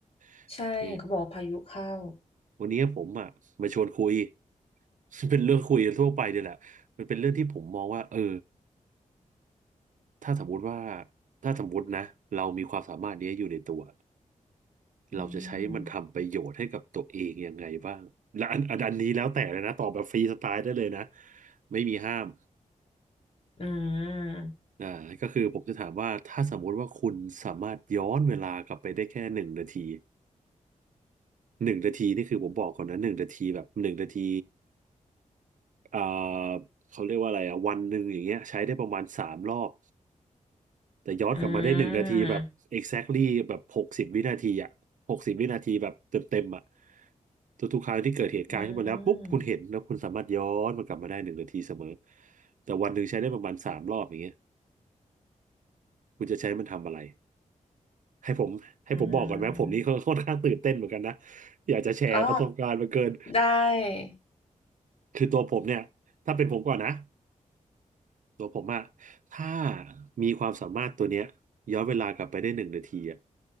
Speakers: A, on the right (about 70°); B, on the left (about 45°).
A: ๆโอเค
B: ใช่เห็นเขาบอกว่าพายุเข้า
A: วันนี้ผมอ่ะมาชวนคุย <laughs> เป็นเรื่องคุยทั่วไปเนี่ยแหละมันเป็นเรื่องที่ผมมองว่าเออถ้าสมมุติว่าถ้าสมมุตินะเรามีความสามารถนี้อยู่ในตัว
B: อื
A: เราจะใช้มันทำประโยชน์ให้กับตัวเองยังไงบ้างและอันอันอันนี้แล้วแต่เลยนะตอบแบบฟรีสไตล์ได้เลยนะ
B: ม
A: ไม่มีห้าม
B: อืม
A: อ่าก็คือผมจะถามว่าถ้าสมมุติว่าคุณสามารถย้อนเวลากลับไปได้แค่หนึ่งนาทีหนึ่งนาทีนี่คือผมบอกก่อนนะหนึ่งนาทีแบบหนึ่งนาทีอ่าเขาเรียกว่าอะไรอ่ะวันหนึ่งอย่างเงี้ยใช้ได้ประมาณสามรอบแต่ย้อนกลับมาได้หนึ่งนาทีแบบ
B: อืม
A: exactly แบบหกสิบวินาทีอ่ะหกสิบวินาทีแบบเต็มเต็มอ่ะทุกๆครั้งที่เกิดเหตุการณ์ขึ้นมาแล้วปุ๊บคุณเห็นแล้วคุณสามารถย้อนมันกลับมาได้หนึ่งนาทีเสมอ
B: อืม
A: แต่วันหนึ่งใช้ได้ประมาณสามรอบอย่างเงี้ยคุณจะใช้มันทำอะไร ให้ผมให้ผมบอกก่อนไหมผมนี่ค่อนข้างตื่นเต้นเหมือนกันนะ
B: อืม
A: อยากจะแชร์ประสบการณ์มาเกิน
B: อ๋อได้
A: คือตัวผมเนี่ยถ้าเป็นผมก่อนนะตัวผมอะถ้ามีความสามารถตัวเนี้ยย้อนเวลากลับไปได้หนึ่งนาทีอะ